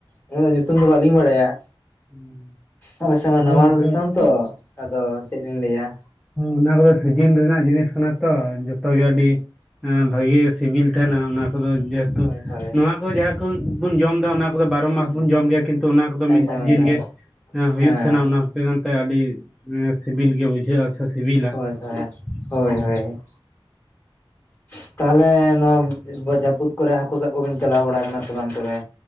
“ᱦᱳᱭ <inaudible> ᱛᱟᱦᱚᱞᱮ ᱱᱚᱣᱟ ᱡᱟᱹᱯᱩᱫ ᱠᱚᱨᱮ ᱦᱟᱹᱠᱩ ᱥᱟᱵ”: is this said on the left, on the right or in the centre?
Left